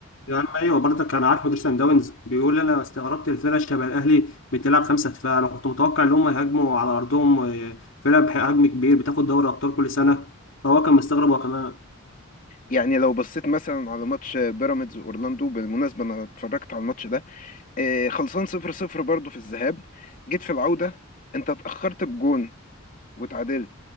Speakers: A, on the left; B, on the left.
A: يا عم ايوه برضك انا عارف مدير سان داونز بيقول انا استغربت الفرقه شبه الاهلي بتلعب خمسه دفاع انا كنت متوقع ان هم يهاجموا على ارضهم آه، فرقه بحجم كبير بتاخد دوري ابطال كل سنه فهو كان مستغرب هو كمان
B: يعني لو بصيت مثلا على ماتش بيراميدز واورلاندو بالمناسبه انا اتفرجت على الماتش ده آه، خلصان صفر صفر برضه في الذهاب جيت في العودة انت اتأخرت بجون وتعادلت